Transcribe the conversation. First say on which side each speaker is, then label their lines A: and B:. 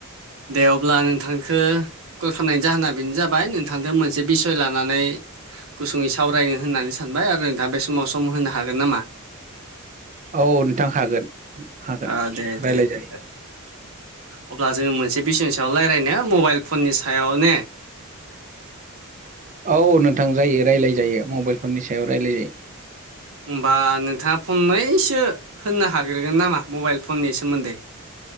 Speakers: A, on the right; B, on the right.
A: दे अब्ला आं नोंथांखो कल खालामनायनि जाहोना बेनो जाबाय नोंथांजों मोनसे बिसय लानानै गुसुङै सावरायनो होननानै सानबाय आरो नोंथाङा बे समाव सम होनो हागोन नामा?
B: औ नोंथां हागोन हागोन
A: ओ दे दे
B: राय्लाय
A: दे
B: जायो।
A: अब्ला जोङो मोनसे बिसयनि सायाव रायज्लायनो मबाइल फननि सायाव ने
B: औ नोंथां जायो रायलाय जायो मबाइल फननि सायाव रायलाय जायो।
A: होमबा नोंथाङा फंनैसो होननो हाग्रोगोन नामा मबाइल फननि सोमोन्दै